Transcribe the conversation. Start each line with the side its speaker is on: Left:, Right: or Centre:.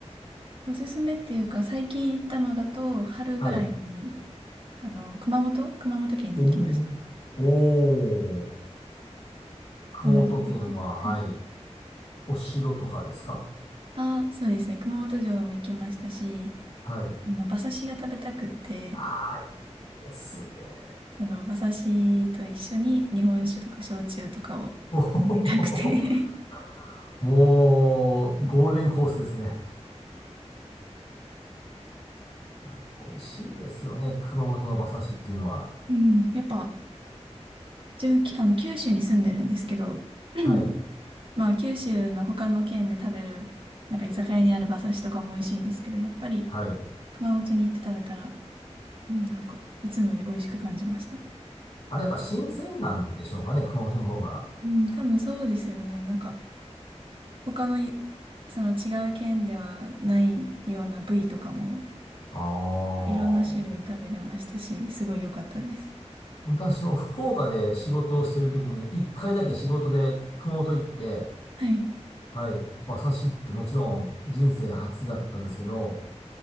Right: おすすめっていうか、最近行ったのだと、春ぐらいに、
Left: はい。
Right: あの、熊本熊本県に行きました。
Left: おー。おー。熊本県は、
Right: 同じ県で。
Left: はい。
Right: はい。
Left: お城とかですか
Right: ああ、そうですね。熊本城も行きましたし、
Left: はい。
Right: あの、馬刺しが食べたくって、
Left: ああ、いいですね。
Right: その、馬刺しと一緒に日本酒とか焼酎とかを飲みたくて
Left: おー
Right: <laughs>
Left: もう、ゴールデンコースですね。あれ、美味しいですよね。熊本の馬刺しっていうのは。
Right: うん。<laughs> やっぱ、自分、きあの、九州に住んでるんですけど <clears throat>
Left: はい。
Right: まあ、九州の他の県で食べる、なんか居酒屋にある馬刺しとかも美味しいんですけど、やっぱり
Left: はい。
Right: 熊本に行って食べたら、うん、なんか、いつもより美味しく感じました。
Left: あれやっぱ新鮮なんでしょうかね、熊本の方が。
Right: うん、多分そうですよね。なんか、他のい、その違う県ではないような部位とかも、
Left: ああ、
Right: いろんな種類食べれましたし、すごい良かったです。
Left: 私も福岡で仕事をしている時に、一回だけ仕事で熊本行って、
Right: はい。
Left: はい、馬刺しってもちろん人生初だったんですけど、